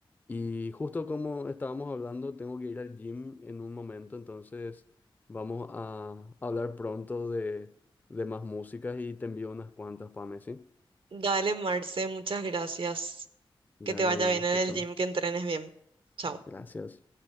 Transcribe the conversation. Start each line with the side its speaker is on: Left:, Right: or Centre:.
Left: Y justo como estábamos hablando, tengo que ir al gym en un momento, entonces vamos a hablar pronto de, de más músicas y te envío unas cuantas para Messi.
Right: Dale, Marce, muchas gracias.
Left: Dale,
Right: Que te vaya
Left: hablamos,
Right: bien en
Left: chao,
Right: el
Left: chao.
Right: gym, que entrenes bien. Chao.
Left: Gracias.